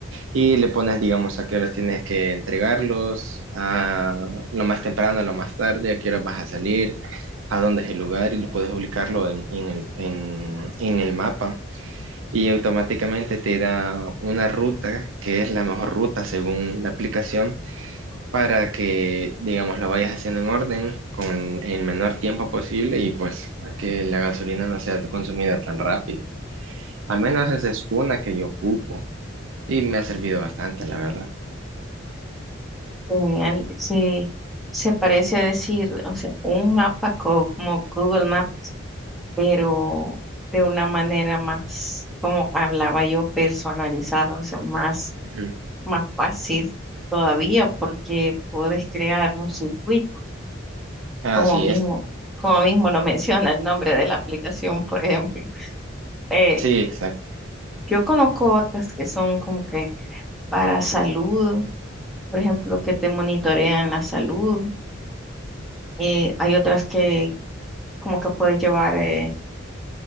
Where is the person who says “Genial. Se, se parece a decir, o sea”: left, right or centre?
Centre